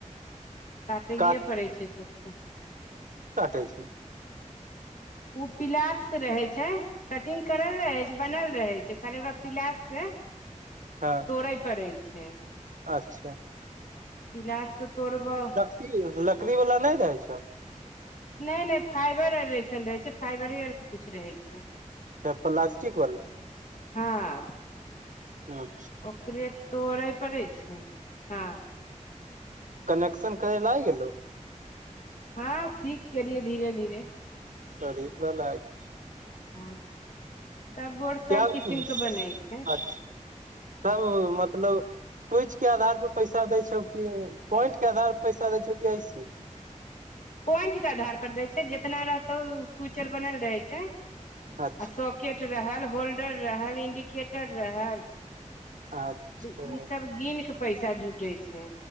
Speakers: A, on the left; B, on the right.
A: काटैये
B: काट
A: पड़ै छै सबके
B: जाय छी
A: उ पिलास से रहै छै कटिंग करल रहै छै बनल रहै छै खाली ओकरा पिलास से
B: हँ
A: तोड़य पड़ै छै
B: अच्छा
A: पिलास से तोड़बौह
B: कि लकड़ी बला नै रहै छौ
A: नै नै फाइबर ऐरेसन रहै छै फाइबरे आरके कुछ रहै छै
B: अच्छा प्लास्टिक बला
A: हँ
B: हँ
A: ओकरे तोड़ै पड़ै छै हँ
B: कनेक्शन करै लाए गेलौ
A: हँ सीख केलियै धीरे-धीरे
B: <unintelligible>
A: हँ सब बोर्ड सब
B: किया
A: किसिम
B: <unintelligible>
A: के बनै छै
B: अचा सब मतलब स्विच के आधार पर पैसा देै छौ कि पॉइंट के आधार पर पैसा देै छौ की ऐसे
A: पॉइंट कऽ आधार पर देय छै जेतना रहतौ स्विचर बनल रहे छै <inaudible>
B: अच्छा
A: आ स केट रहल होल्डर रहल इंडिकेटर रहल <inaudible>
B: अच्छा
A: इ ई सब गिन कऽ पैसा जुटै छै